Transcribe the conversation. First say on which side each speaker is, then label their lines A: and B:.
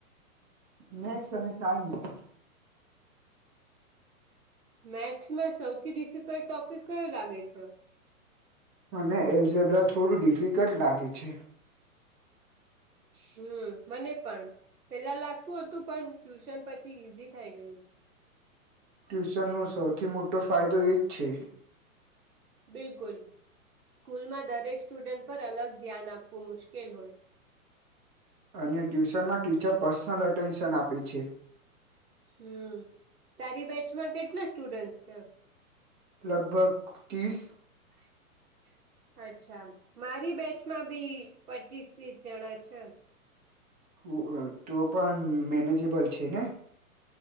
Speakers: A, on the right (about 20°); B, on the right (about 80°).
A: મેથ્સ અને સાયન્સ
B: મેથ્સનો સૌથી ડિફિકલ્ટ ટોપિક કયો લાગે છે.
A: મને એલ્ઝેબ્રા થોડું ડિફિકલ્ટ લાગે છે.
B: હમ મને પણ પેલા લાગતુ હતુપણ ટ્યુશન પછી ઈઝી થઈ ગયુ.
A: ટ્યુશનનો સૌથી મોટો ફાયદો એ જ છે.
B: બિલકુલ સ્કૂલમાં દરેક સ્ટુડન્ટ પર અલગ ધ્યાન આપવું મુશ્કેલ હોય.
A: અને ટ્યુશનમાં ટીચર પર્સનલ અટેન્શન આપે છે.
B: હમ તારી બેચમાં કેટલા સ્ટુડન્ટસ છે.
A: લગભગ ત્રીસ
B: <inaudible> અચ્છા મારી બેચમાં ભી પચીસ ત્રીસ જણા છે.
A: હું આ તો પણ મેનેજેબલ છે ને?